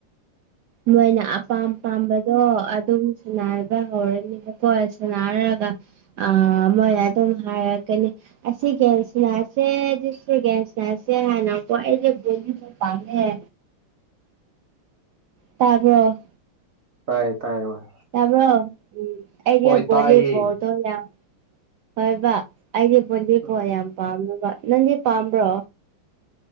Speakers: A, on the right; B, on the right.
A: ꯃꯣꯏꯅ ꯑꯄꯥꯝ ꯄꯥꯝꯕꯗꯣ ꯑꯗꯨꯝ ꯅꯔꯒꯥ ꯍꯔꯦꯟꯀꯣꯁ ꯅꯔꯂꯒ ꯑ ꯃꯣꯏ ꯑꯗꯨꯝ ꯍꯥꯏꯔꯛꯀꯅꯤ ꯑ ꯁꯤꯒꯁꯤꯅꯁꯦꯒꯁꯤꯦ ꯍꯥꯏꯅꯀꯣꯣ ꯄꯅꯦꯃꯦ ꯇꯥꯕꯣ
B: ꯇꯥꯏꯌꯦ ꯇꯥꯏꯌꯦ ꯍꯣꯏ
A: ꯇꯥꯕ꯭ꯔꯣ ꯎꯝ ꯑꯩꯗꯤ
B: ꯍꯣꯏ
A: ꯚꯣꯂꯤꯕꯣꯜꯗꯣ
B: ꯇꯥꯏꯌꯦ
A: ꯌꯥꯝ ꯍꯕ꯫ ꯑꯩꯗꯤ ꯄꯨꯣꯟꯟꯗꯤ
B: ꯎꯝ
A: ꯄꯣ ꯌꯥꯝ ꯄꯥꯝꯃꯦꯕ ꯅꯪꯗꯤ ꯄꯥꯝꯕ꯭ꯔꯣ